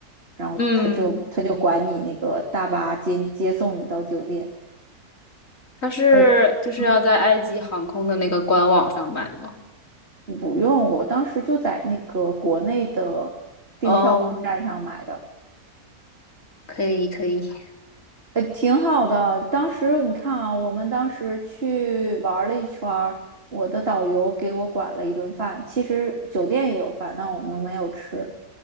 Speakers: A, on the right; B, on the left.
A: 然后他就他就管你那个大巴接接送你到酒店。
B: 嗯，他是就是要在埃及航空的那个官网上买吗？
A: 我，嗯，不用，我当时就在那个国内的订票网站上买的，
B: 哦，可以可以，
A: 呃，挺好的。当时你看啊，我们当时去玩了一圈儿，我的导游给我管了一顿饭，其实酒店也有饭，但我们没有吃。